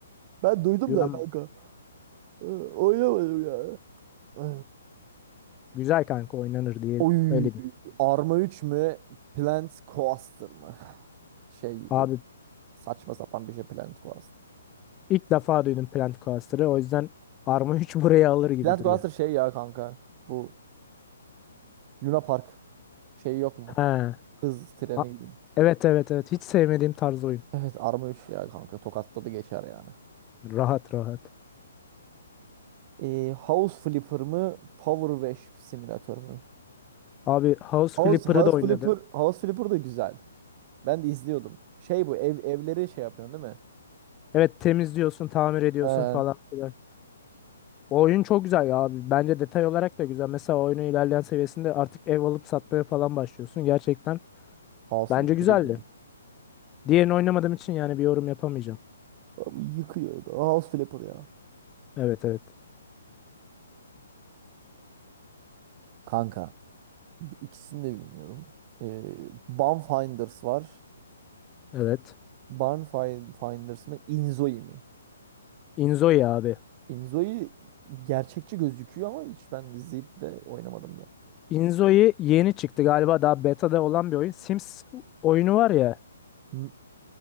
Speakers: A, on the right; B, on the left.
A: Ben duydum
B: Güven
A: da kanka. Ee, Oynamadım ya. Ee,
B: güzel kanka oynanır diye
A: Oy.
B: öyle diyeyim.
A: Arma 3 mü? Plant Coaster mı? Şey
B: Abi
A: bu. Saçma sapan bir şey Plant Coaster.
B: ilk defa duydum Plant Coaster'ı. O yüzden Arma 3 <laughs> buraya alır gibi
A: Plant
B: duruyor.
A: Coaster şey ya kanka. Bu Luna Park şey yok mu?
B: He.
A: Hız treni
B: A-
A: gibi.
B: Evet evet evet. Hiç sevmediğim tarz oyun.
A: Evet Arma 3 ya kanka tokatladı geçer yani.
B: Rahat rahat.
A: Ee, House Flipper mı Power Wash Simülatör mü?
B: Abi House
A: House,
B: Flipper'ı
A: House
B: da oynadım.
A: Flipper House Flipper da güzel. Ben de izliyordum. Şey bu ev evleri şey yapıyorsun değil mi?
B: Evet temizliyorsun, tamir ediyorsun
A: Ee,
B: falan filan. O oyun çok güzel ya abi. Bence detay olarak da güzel. Mesela oyunun ilerleyen seviyesinde artık ev alıp satmaya falan başlıyorsun. Gerçekten
A: House
B: bence
A: Flipper
B: güzeldi.
A: iyi gibi.
B: Diğerini oynamadığım için yani bir yorum yapamayacağım.
A: Abi yıkıyor. da, House Flipper ya.
B: Evet evet.
A: Kanka bu ikisini de bilmiyorum. Ee, Barn Finders var.
B: Evet.
A: Barn Finders mı Inzoi mi?
B: Inzoi abi.
A: Inzoi gerçekçi gözüküyor ama hiç ben izleyip de oynamadım da.
B: Inzoi yeni çıktı galiba daha beta'da olan bir oyun. Sims oyunu var ya.
A: Hı,